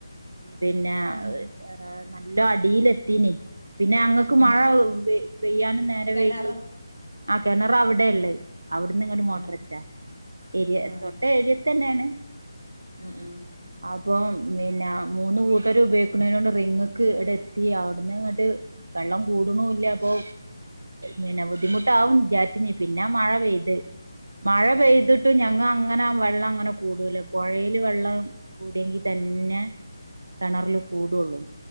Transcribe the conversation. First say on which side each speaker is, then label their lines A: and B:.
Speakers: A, on the right; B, on the right.
A: പിന്നെ
B: ആഹ്
A: ഏ ല്ലോ അടിലെത്തിനി പിന്നെ ഞങ്ങക്ക്
B: ആഹ്
A: മഴ പെയ്യാനും നേരം
B: കെണറ്
A: വൈകി ആ കെണറവടെ ള്ളേ അവ്ട്ന്ന്ങ്ങട്ട് മോട്ടർച്ചാ
B: ആഹ്
A: എരിയ
B: ആഹ്
A: തൊട്ട ഏരി തന്നെയാണ്
B: ഉം ഉം
A: അപ്പൊ പിന്നെ മൂന്ന് കൂട്ടർ ഉപയോഗിക്കുന്നൊണ്ട് റിങ്ങക്ക് ഇവിടെ എത്തി അവിടന്ന് ഇങ്ങോട്ട് വെള്ളം കൂട്ണുല്ലപ്പൊ നിനവ് ബുദ്ധിമുട്ടാവുന്ന് വിചാരിച്ചിരുന്നതാ പിന്നാ മഴ പെയ്തെ മഴ
B: ആഹ്
A: പെയ്തിട്ടും ഞങ്ങ- അങ്ങനെ ആ വെള്ളം അങ്ങനെ കൂടുതല് പോഴയില് വെള്ളം കൂടിയെങ്കി തന്നെ- കിണറില് കൂടുള്ളൂ